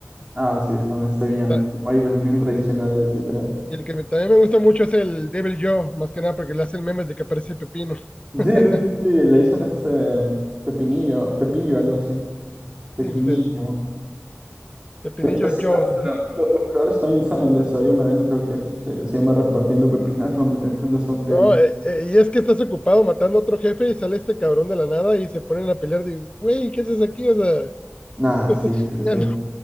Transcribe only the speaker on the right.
Ah, sí, son este bien,
wyverns bien tradicionales, literal.
Sí,
sí, sí, sí, le dicen este pepinillo, pepillo, algo así. Pepinillo.
De hecho, sí,
hasta lo- los creadores también saben de eso. Hay un evento que es este, se llama Repartiendo Pepinas, donde te enfrentas a un débil.
Nah,
sí,
sí, sí.